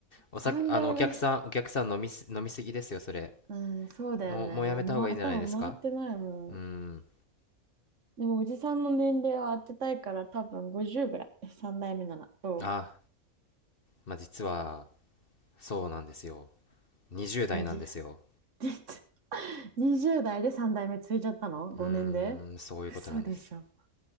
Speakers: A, on the left; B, on the right.
A: おさ、
B: 3代目
A: あの、お客さん、お客さん飲みす、飲みすぎですよ、それ。
B: <laughs>。うん、そうだよね。
A: もう、もうやめた方がいいんじゃないですか
B: もう、まわ、頭回ってないもん。
A: うーん。
B: でもおじさんの年齢を当てたいから多分50ぐらい。3代目なら。そ
A: あ、まあ、実は、そうなんですよ。20代なんですよ。
B: うあじ、<laughs> 20代で3代目ついちゃったの ?5
A: うーん、
B: 年で嘘でしょ。
A: そういうことなんです。